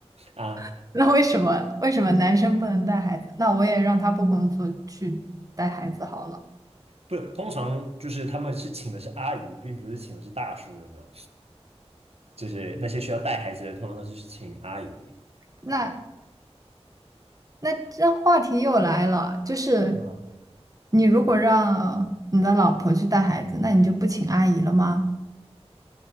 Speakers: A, on the right (about 65°); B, on the right (about 30°).
A: 啊，
B: <laughs> 那为什么？为什么男生不能带孩子？那我也让他不工作去带孩子好了。
A: 不，通常就是他们是请的是阿姨，并不是请的是大叔，有没有？就是那些需要带孩子的，通常都是请阿姨
B: 那
A: 带。
B: 那这话题又来了，就是
A: 啊。
B: 你如果让你的老婆去带孩子，那你就不请阿姨了吗？